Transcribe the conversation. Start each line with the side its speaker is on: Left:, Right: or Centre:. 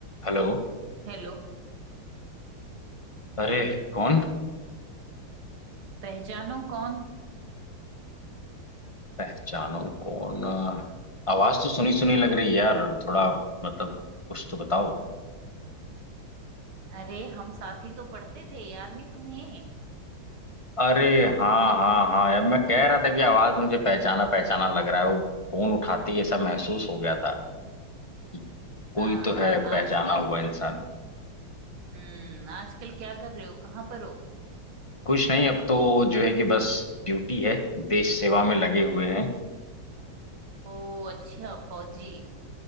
Left: Hello
Right: Hello
Left: अरे कौन
Right: पहचानो कौन
Left: पहचानो कौन आवाज तो सुनी सुनी लग रही है यार थोड़ा मतलब कुछ तो बताओ
Right: अरे हम साथ ही तो पढ़ते थे याद नहीं तुम्हें
Left: अरे हाँ हाँ हाँ यार मैं कह रहा था कि आवाज मुझे पहचाना पहचाना लग रहा है वो फोन उठाते ही ऐसा महसूस हो गया था कि कोई
Right: हाँ
Left: तो है पहचाना
Right: आजकल
Left: हुआ इंसान
Right: हम्म आजकल क्या कर रहे हो कहाँ पर हो
Left: कुछ नहीं अब तो जो है कि बस ड्यूटी है देश सेवा में लगे
Right: हम्म
Left: हुए हैं
Right: ओ अच्छा फौजी